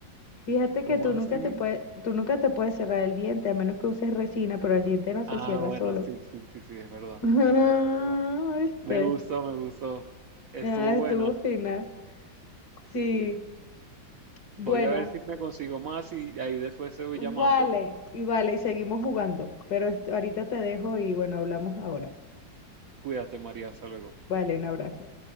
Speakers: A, on the left; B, on the right.
A: Fíjate
B: ¿Cómo
A: que tú
B: así?
A: nunca te puedes, tú nunca te puedes cerrar el diente, a menos que uses resina, pero el diente no se
B: Ah,
A: cierra
B: bueno,
A: solo.
B: sí, sí, sí, sí, es verdad,
A: <laughs> Ah,
B: es verdad, es verdad.
A: ¿Viste?
B: Me gustó, me gustó. Estuvo
A: Ah, estuvo
B: buena.
A: fina. Sí.
B: Voy
A: Bueno.
B: a ver si me consigo más y ahí después te voy
A: Vale,
B: llamando.
A: y vale, y seguimos jugando. Pero esto- ahorita te dejo y bueno, hablamos ahora.
B: Cuídate, María, hasta luego.
A: Vale, un abrazo.